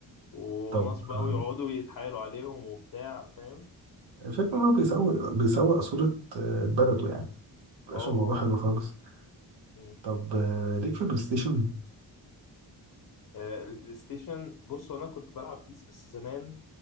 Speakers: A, on the left; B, on the right.
A: وناس
B: طب
A: بقى
B: آه،
A: ويقعدوا يتحايلوا عليهم وبتاع فاهم
B: الفكرة إن هو بيسوق بيسوق صورة آه، بلده يعني مبقاش
A: اه
B: الموضوع
A: اه
B: حلو خالص
A: مم.
B: طب آه، ليك في البلاي ستيشن
A: آه، البلاي ستيشن بص انا كنت بلعب بيس بس زمان